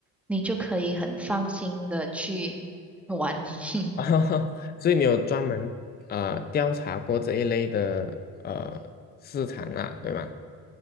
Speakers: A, in the centre; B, on the left.
A: 你就可以很放心的去玩。<laughs>
B: <laughs> 哦所以你有专门呃调查过这一类的呃市场啊，对吗？